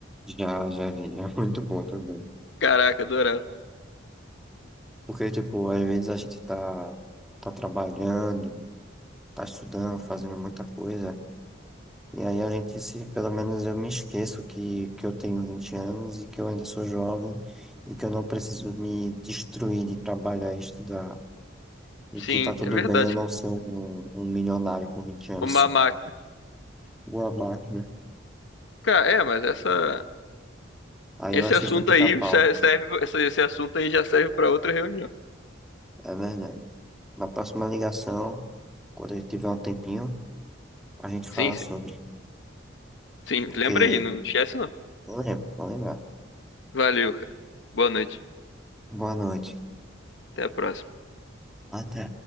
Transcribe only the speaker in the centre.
Já, já vi. É muito bom também.
Porque, tipo, às vezes a gente tá, tá trabalhando, tá estudando, fazendo muita coisa. E aí a gente se, pelo menos eu me esqueço que, que eu tenho 20 anos e que eu ainda sou jovem e que eu não preciso me destruir de trabalhar e estudar. E
que tá tudo
bem eu não ser um, um milionário com 20 anos.
Uma máquina.
Aí
eu assisto
o Pica-Pau.
É verdade. Na próxima ligação. Quando a gente tiver um tempinho, a gente
fala
sobre.
Porque
eu lembro, vou lembrar.
Boa noite.
Até.